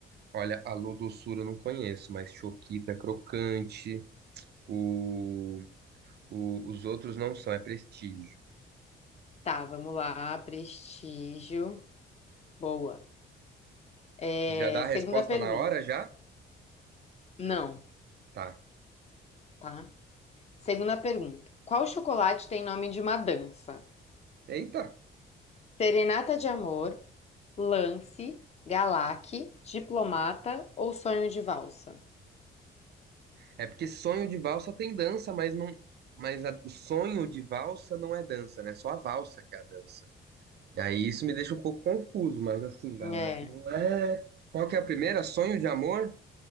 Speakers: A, on the right; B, on the left.
A: Olha, alô doçura eu não conheço, mas choquita, é crocante, o, o- os outros não são, é prestígio.
B: Tá, vamos lá. Prestígio. Boa. É,
A: Já dá a resposta
B: segunda pergunta.
A: na hora já?
B: Não,
A: Tá.
B: tá? Segunda pergunta. Qual chocolate tem nome de uma dança?
A: Eita.
B: Serenata de Amor, Lance, Galac, Diplomata ou Sonho de Valsa?
A: É porque sonho de valsa tem dança, mas não, mas a- o sonho de valsa não é dança, né? Só a valsa que é a dança. E aí isso me deixa um pouco confuso, mas assim, Galata,
B: É,
A: não é. Qual que é a primeira? Sonho de amor?